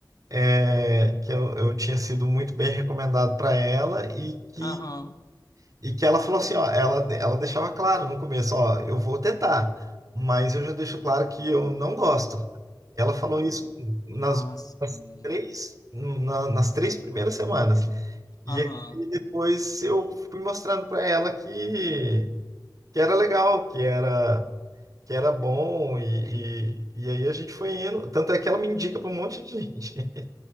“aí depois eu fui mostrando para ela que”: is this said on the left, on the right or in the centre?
Right